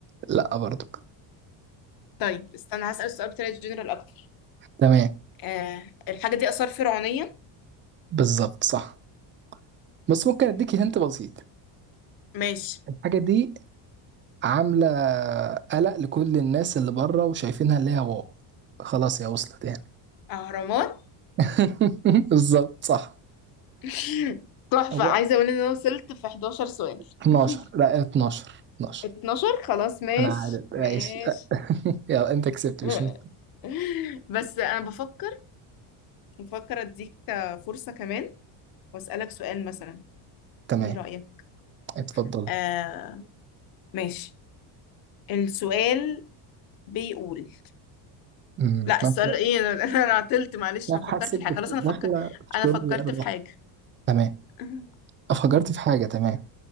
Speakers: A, on the right (about 25°); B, on the left (about 45°).
A: لا برضو
B: طيب استنى هسأل السؤال بطريقة جنرال أكتر
A: تمام
B: آه الحاجة دي آثار فرعونية
A: بالظبط صح بس ممكن اديك هنت بسيط
B: ماشي
A: الحاجه دي عامله قلق لكل الناس اللي بره وشايفينها اللي هي واو خلاص هي وصلت يعني
B: أهرامات
A: <laughs> بالظبط صح
B: <laughs> تحفة
A: هو
B: عايزة أقول إن أنا وصلت في 11 سؤال
A: 12
B: <laughs>
A: لا 12 12
B: 12 خلاص ماشي
A: انا عارف ماشي
B: ماشي
A: <laughs> يلا انت كسبت
B: <laughs>
A: مش مشكلة.
B: بس أنا بفكر بفكر أديك فرصة كمان وأسألك سؤال مثلا
A: تمام
B: إيه رأيك؟
A: اتفضل
B: آه ماشي السؤال بيقول
A: امم
B: لا
A: ما
B: السؤال ايه انا <laughs> انا عطلت معلش
A: لا
B: انا فكرت
A: حاسك
B: في
A: بت-
B: حاجه خلاص
A: داخله
B: انا فكر
A: في
B: انا
A: شرب
B: فكرت
A: الريحه
B: في حاجه
A: تمام
B: <laughs>
A: افكرت في حاجه تمام